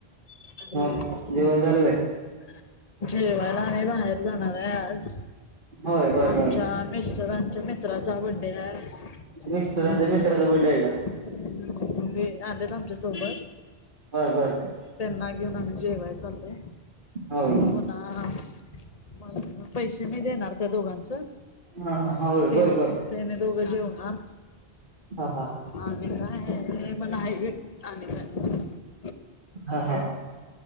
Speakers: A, on the left (about 40°); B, on the right (about 50°).
A: <unintelligible>
B: मग जेवण झालं काय
A: जेवायला ऽऽआम्ही बाहेर जाणार आहे आज,
B: होय बर
A: आमच्या
B: बर
A: मिस्टरांच्याऽऽ मित्राचा बड्डे हाय.
B: मिस्टरांच्या
A: बर
B: मित्राचा बड्डे आहे का
A: तुम्ही,, आलेत आमच्यासोबत.
B: बर, बर.
A: ना घेऊन आम्ही जेवाय चाललोय.
B: होय
A: पूनाऽऽ मग,, पैसे मी देणार त्या दोघांचं.
B: हा होय
A: तेने,
B: बर बर
A: त्यानी दोघं जेवणार.
B: हा हा
A: आणि काय ऽनै बघा, मण आहे आणि कायऽ
B: हा, हा,